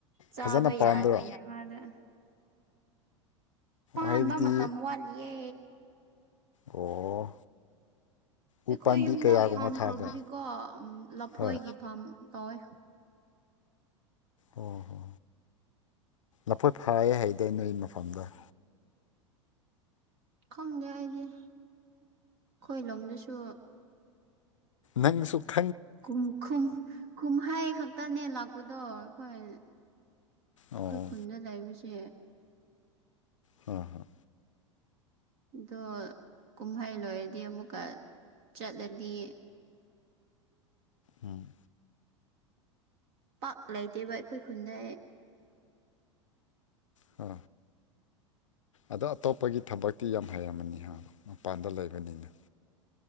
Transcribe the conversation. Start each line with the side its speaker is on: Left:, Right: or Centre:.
Right: ꯆꯥꯕ
Left: ꯐꯖꯅ ꯄꯥꯟꯗ꯭ꯔꯣ
Right: ꯌꯥꯗ ꯃꯥꯅ ꯇꯥꯟꯕ
Left: ꯍꯥꯏꯕꯗꯤ
Right: ꯃꯇꯝ ꯋꯥꯠꯂꯤꯌꯦ
Left: ꯑꯣ ꯎ
Right: ꯑꯩꯈꯣꯏ
Left: ꯄꯥꯝꯕꯤ
Right: ꯌꯨꯝꯗ
Left: ꯀꯌꯥꯒꯨꯝꯕ
Right: ꯐꯥꯔꯝ
Left: ꯊꯥꯕ꯭ꯔꯣ
Right: ꯇꯧꯕꯗꯤꯀꯣ ꯂꯐꯣꯏꯒꯤ
Left: ꯍꯣꯏ
Right: ꯐꯥꯔꯝ ꯇꯧꯋꯦ
Left: ꯑꯣꯣꯏ ꯍꯣ ꯂꯐꯣꯏ ꯐꯥ ꯍꯥꯏꯗꯤ ꯅꯣꯏ ꯃꯐꯝꯗ
Right: ꯈꯪꯗꯦ ꯑꯩꯗꯤ ꯑꯩꯈꯣꯏ ꯂꯣꯝꯗꯨꯁꯨ
Left: ꯅꯪꯁꯨꯄ
Right: ꯨꯝ ꯀꯨꯝꯍꯥꯏ ꯈꯛꯇꯅꯦ ꯂꯥꯛꯄꯗꯣ ꯑꯩꯈꯣꯏ ꯑꯩꯈꯣꯏ
Left: ꯑꯣ
Right: ꯈꯨꯟꯗ ꯂꯩꯕꯁꯦ
Left: ꯍ ꯍꯣꯏ
Right: ꯑꯗꯣ ꯀꯨꯝꯍꯩ ꯂꯣꯏꯔꯗꯤ ꯑꯃꯨꯛꯀ ꯆꯠꯂꯗꯤ
Left: ꯎꯝ
Right: ꯄꯥꯛ ꯂꯩꯇꯦꯕ ꯑꯩꯈꯣꯏ ꯈꯨꯟꯗ
Left: ꯍ ꯑꯗꯣ ꯑꯇꯣꯞꯄꯒꯤ ꯊꯕꯛꯇꯤ ꯌꯥꯝ ꯍꯩꯔꯝꯃꯅꯤ ꯃꯄꯥꯟꯗ ꯂꯩꯕꯅꯤꯅ